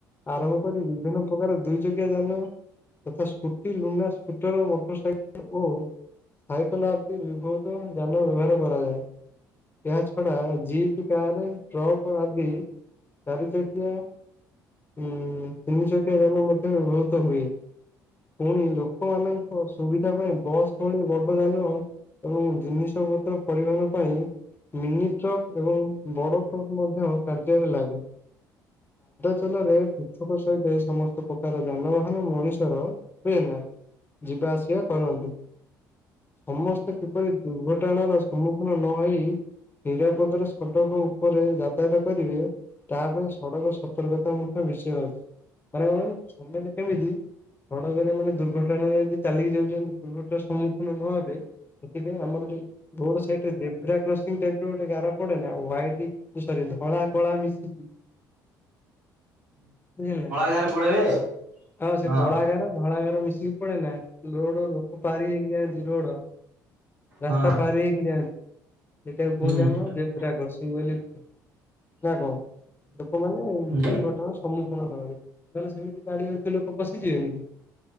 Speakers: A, on the left (about 20°); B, on the right (about 80°).
A: ଆରମ୍ଭ କରି ବିଭିନ୍ନ ପ୍ରକାର ଦୁଇ ଯ ଯାନ ତଥା Scooty Luna scooter motor cycle ଓ ସାଇକଲ ଆଦି ବିଭତ ଯାନ ବ୍ୟବହାର କରାଯାଏ ଏହା ଛଡା ଜି କାରେ ଟ୍ରକ୍ ଆଦି ଚାରି ଚକିଆ ହୁଁ ତିନି ଚକିଆ ଜାନ ମଧ୍ୟ ବ୍ୟବହୃତ ହୁଏ ପୁଣି ଲୋକ ଲୋକ ମାନଙ୍କ ସୁବିଧା ପାଇଁ ବସ୍ ଳି ବଡ ଧାନ ଏବଂ ଜିନିଷପତ୍ର ପରିବହନ ପାଇଁ ମିନି ଟ୍ରକ୍ ଏବଂ ବଡ଼ ଟ୍ରକ୍ ମଧ୍ୟ କାର୍ଯ୍ୟରେ ଲାଗେ ୃତେଲରେ <inaudible> ସହିତେ ସମସ୍ତ ପ୍ରକାର ଯାନବାହାନ ମଣିଷର ହୁଏନା ଯିବା ଆସିବା କରନ୍ତି। ସମସ୍ତେ କିପରି ଦୁର୍ଘଟଣାର ସମ୍ମୁଖୀନ ନହେଇ ନିରାପଦରେ ସଡ଼କ ଉପରେ ଯା ତାୟତ କରିବେ ତା ପାଇଁ ସଡ଼କ ସତର୍କତା ମୁଖ୍ୟ ବିଷୟ ଅଛି। ମାନେ କଣ କହିଲୁ ସମେତେ କେମିତି ସଡ଼କରେ ମାନେ ଦୁର୍ଘଟଣାରେ ଯଦି ଚାଲିକି ଯାଉଚନ୍ତି ଦୁର୍ଘ ର ସମ୍ମୁଖୀନ ନ ହେବେ ସେଥିପାଇଁ ଆମର ଯୋଉ ରୋଡ଼ ସାଇଟରେ ଜେବ୍ରା କର୍ସିଙ୍ଗ ଟାଇପ୍ ର ଗୋଟେ ଗାର ପଡ଼େ ନା ହ୍ୱାଇଟି ଏ ସରି ଧଳା କଳା ମିଶିକି ବୁଝିଲେ
B: ଗାଁରେ ପଳେଇବେ
A: ଆଉ ସେ
B: ହଁ
A: କଳା ଗାର ଧଳା ଗାର ମିଶି ପୁଣି ନା ଲୋଡ଼ ଲୋକ ପାରି ହେଇକି ଯାଆନ୍ତି ରୋଡ଼। ରାସ୍ତା
B: ହଁ
A: ପାରି ହେଇକି ଯାଆନ୍ତିି ସେଟାକୁ
B: ହୁଁ
A: କୁହନ୍ତି
B: ହୁଁ
A: ଆମ ଜେବ୍ରା କର୍ସିଙ୍ଗ ବୋଲି କୁହନ୍ତି। ନା କଣ ଲୋକମାନେ
B: ହୁଁ
A: ଦୁର୍ଘଟଣା ସମ୍ମୁଖିନ ନହେବେ ନହେଲେ ସେମିତି ଗାଡ଼ି ଯାଉଚି ଲୋକ ପଶିଯିବେନି କି?